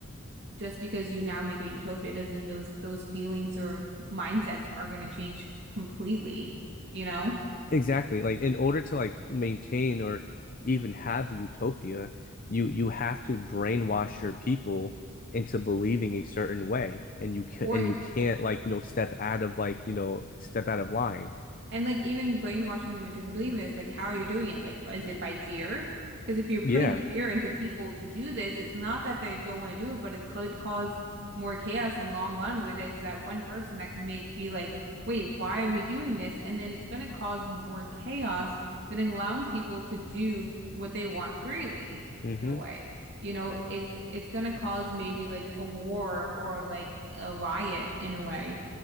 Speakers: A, on the right; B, on the left.
A: just because you now make a utopia doesn't mean those those feelings or mindsets are going to change completely, you know?
B: Exactly. Like in order to like maintain or even have utopia, you you have to brainwash your people into believing a certain way, and you can
A: Or
B: and you can't like you know step out of like you know step out of line.
A: And like even brainwashing them into believing is like, how are you doing it? Like, is it by fear? Because if you're putting
B: Yeah.
A: fear into people to do this, it's not that they don't want to do it, but it could cause more chaos in the long run where there's that one person that can make be like, wait, why are we doing this? And then it's going to cause more chaos than allowing people to do what they want freely
B: hmm
A: in a way. You know, it's it's going to cause maybe like a war or like a riot in a way